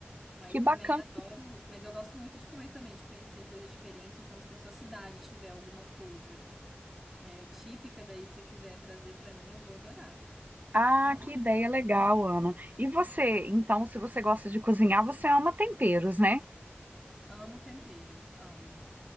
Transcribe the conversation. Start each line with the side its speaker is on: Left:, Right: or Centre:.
Centre: Mas
Right: Que
Centre: também
Right: bacana.
Centre: adoro. Mas eu gosto muito de comer também, de conhecer coisa diferente. Então, se na sua cidade tiver alguma coisa é, típica, daí se você quiser trazer para mim, eu vou adorar.
Right: Ah, que ideia legal, Ana. E você, então, se você gosta de cozinhar, você ama temperos, né?
Centre: Amo temperos, amo.